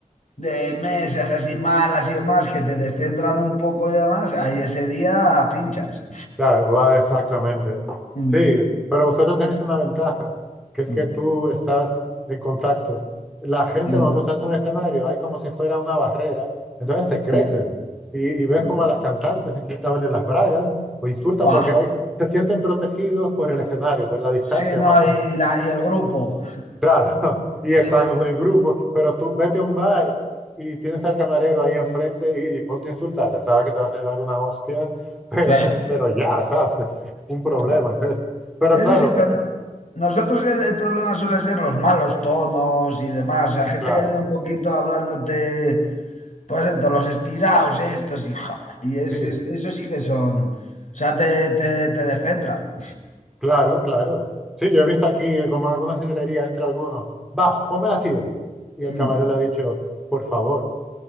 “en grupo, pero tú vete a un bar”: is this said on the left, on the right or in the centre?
Centre